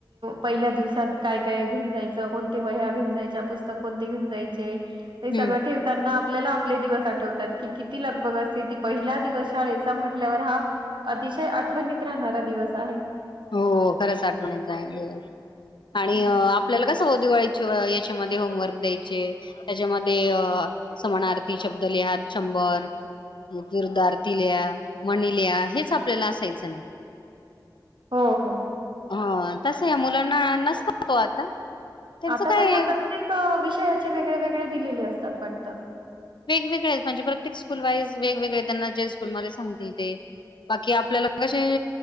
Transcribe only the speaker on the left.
हम्म.
हो खरंच आठवणीत राहिलेला आहे. आणि
आपल्याला कसं हो दिवाळी याच्यामध्ये होमवर्क द्यायचे त्याच्यामध्ये समानार्थी शब्द लिहा वर विरुद्धार्थी लिहा, म्हणी लिहा हेच आपल्याला आसायच ना.
हं तसं मुलांना नसतात ओ आता. त्यांचं
काय
वेगवेगळेच म्हणजे प्रत्येक स्कूल वाईज वेगवेगळे त्यांना जे स्कूलमध्येध्ये सांगतील ते. बाकी आपल्याला कसे